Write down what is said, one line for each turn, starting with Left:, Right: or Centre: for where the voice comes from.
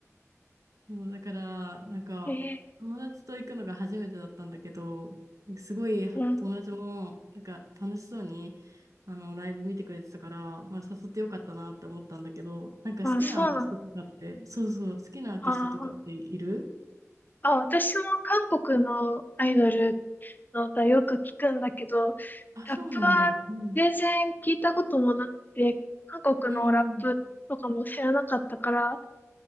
Right: そう、だから、なんか、
Left: え
Right: 友達と行くのが初めてだったんだけど、すごい友達も、
Left: ーうん
Right: なんか楽しそうに、あの、ライブ見てくれてたから、まあ、誘ってよかったなって思ったんだけど、なんか好きなアーティストとかって、
Left: あ、そうなん
Right: そうそう、好きなアーティストとかっている
Left: あーあ、私も韓国のアイドルの歌よく聞くんだけど、
Right: あ、
Left: ラップは全然聞いたこともなくて、
Right: そうなんだ。うん。
Left: 韓国のラップとかも知らなかったから、
Right: うん。